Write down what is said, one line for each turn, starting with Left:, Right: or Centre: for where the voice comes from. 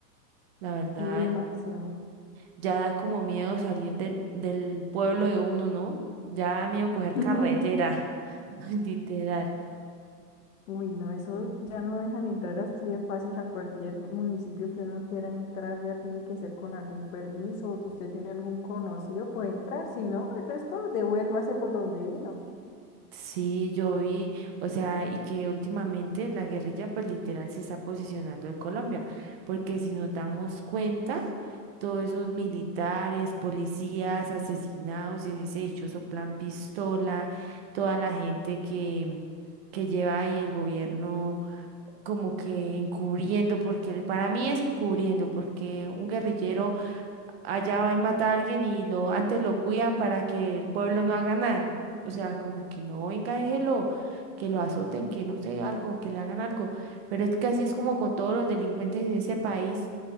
Right: la verdad,
Left: Y demasiado.
Right: ya da como miedo salir del, del pueblo de uno, ¿no? Ya da miedo coger
Left: <laughs>
Right: carretera,
Left: Muy,
Right: <laughs> literal.
Left: uy, no, eso ya no dejan entrar así de fácil a cualquier municipio que uno quiera entrar, ya tiene que ser con algún permiso. Si usted tiene algún conocido, puede entrar. Si no, el resto devuélvase por donde vino.
Right: Sí, yo vi, o sea, y que últimamente la guerrilla pues literal se está posicionando de Colombia, porque si nos damos cuenta, todos esos militares, policías, asesinados, en ese dichoso plan pistola, toda la gente que, que lleva ahí el gobierno como que encubriendo, porque para mí es encubriendo, porque un guerrillero allá va y mata a alguien y lo antes lo cuidan para que el pueblo no haga nada. O sea, como que no, venga, déjelo, que lo azoten, que no sé, algo, que le hagan algo. Pero es que así es como con todos los delincuentes en ese país.